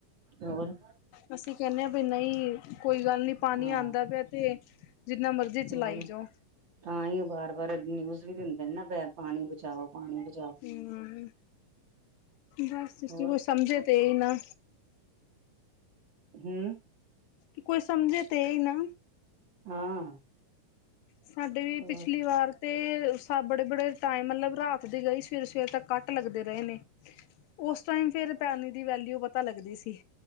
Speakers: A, on the right; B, on the left.
A: ਤੇ ਹੋਰ
B: ਅਸੀ ਕੈਨੇਂ ਆਂ ਬਈ ਨਈ ਕੋਈ ਗੱਲ ਨਹੀਂ ਪਾਣੀ
A: ਹਾਂ
B: ਆਉਂਦਾ ਪਿਆ ਤੇ ਜਿੰਨਾ ਮਰਜ਼ੀ ਚਲਾਈ
A: ਹੋਰ
B: ਜਾਓ
A: ਤਾਂ ਹੀ ਉਹ ਵਾਰ-ਵਾਰ ਨਿਊਜ਼ ਵੀ ਦਿੰਦੇ ਨਾ ਪਾਣੀ ਬਚਾਓ ਪਾਣੀ ਬਚਾਓ
B: ਹਮ ਬਸ
A: ਹੋਰ
B: ਜੇ ਕੋਈ ਸਮਝੇ ਤੇ ਹੀ ਨਾ
A: ਹਮ
B: ਕਿ ਕੋਈ ਸਮਝੇ ਤੇ ਹੀ ਨਾ
A: ਹਾਂ
B: ਸਾਡੇ ਵੀ
A: ਹੋਰ
B: ਪਿਛਲੀ ਵਾਰ ਤੇ ਹਿਸਾਬ ਬੜੇ-ਬੜੇ ਟਾਈਮ ਮਤਲਬ ਰਾਤ ਦੀ ਗਈ ਸੀ ਫਿਰ ਸਵੇਰ ਤਕ ਕੱਟ ਲੱਗਦੇ ਰਹੇ ਨੇ, ਉਸ ਟਾਈਮ ਫੇਰ ਪੈਣੀ ਦੀ ਵੈਲਿਊ ਪਤਾ ਲੱਗਦੀ ਸੀ